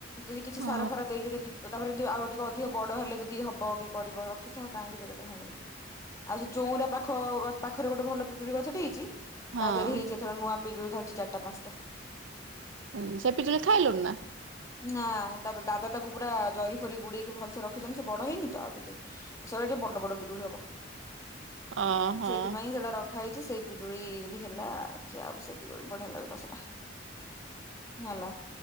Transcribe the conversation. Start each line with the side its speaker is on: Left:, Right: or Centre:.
Left: ଯଦି କିଛି
Right: ହଁ
Left: ସାର ଫାର ଦେଇକି ଯଦି ପ ତାପରେ ଯଦି ଆଉ ଟିକେ ଅଧିକ ବଡ ହେଲେ ଯଦି ହବ କି କରିବ ରଖିଥାଅ କାହିଁକି ବିକେରଟା ହାଣିବ। ଆଉ ସେ ଚଉଁରା ପାଖ ଗ ପାଖରେ ଗୋଟେ ଭଲ ପୁଜୁଡି ଗଛ ଟି ଜି
Right: ହଁ
Left: ତାଦେହରେ ହେଇଛି ଏଥର ନୂଆ ପିଜୁଳି ଧରିଛି ଚାରିଟା ପାଞ୍ଚଟା।
Right: ହୁଁ ସେ ପିଜୁଲି ଖାଇଲୁଣି ନା?
Left: ନା ତା ଦାଦା ତାକୁ ପୁରା ଜରି ଫରି ଗୁଡେଇକି ଭଲ୍ସେ ରଖିଛନ୍ତି ସେ ବଡ ହେଇନି ତ ଆଉ ଟିକେ ସେଗୁଡାକ ଟିକେ ବଡ ବଡ ପିଜୁଳି ହବ
Right: ଓହୋ ହଁ
Left: ସେଇଥିପାଇଁ ସେଇଟା ରଖା ହେଇଛି ସେଇ ପିଜୁଳି ଯଦି ହେଲା ଖିଆହବ ସେତିବେଳୁ ବଢିଆ ଲାଗିବ ସେଟା। ହେଲା